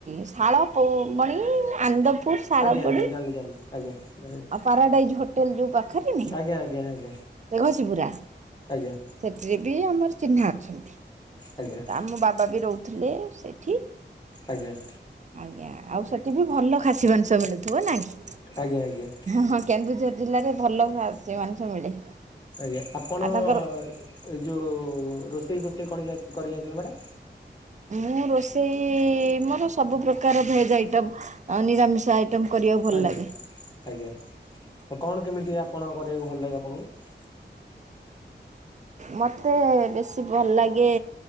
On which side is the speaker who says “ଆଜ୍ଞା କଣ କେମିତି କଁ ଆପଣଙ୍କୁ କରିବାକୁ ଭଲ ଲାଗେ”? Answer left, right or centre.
Left